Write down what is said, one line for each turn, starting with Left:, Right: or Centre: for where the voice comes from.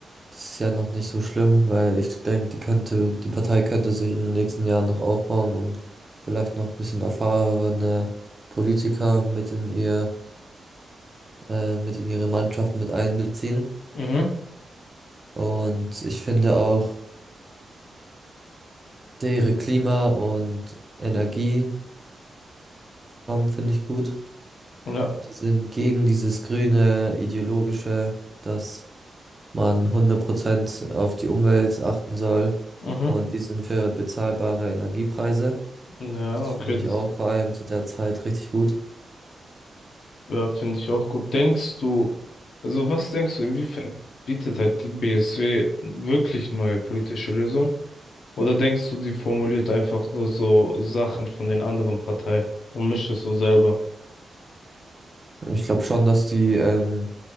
Right: Das ist ja noch nicht so schlimm, weil ich denke, die könnte, die Partei könnte sich in den nächsten Jahren noch aufbauen und vielleicht noch ein bisschen erfahrene Politiker mit in ihr, äh, mit in ihre Mannschaft mit einbeziehen.
Left: Mhm.
Right: Und ich finde auch ihre Klima- und Energieprogramm finde ich gut.
Left: Ja.
Right: Die sind gegen dieses grüne ideologische, dass man hundert Prozent auf die Umwelt achten soll.
Left: Mhm.
Right: Und die sind für bezahlbare Energiepreise.
Left: Ja,
Right: Das finde
Left: okay, das
Right: ich auch vor allem zu der Zeit richtig gut.
Left: ja, finde ich auch gut. Denkst du, also was denkst du, inwiefern bietet halt die BSW wirklich neue politische Lösungen? Oder denkst du, die formuliert einfach nur so Sachen von den anderen Parteien und mischt es so selber?
Right: Ich glaube schon, dass die ähm,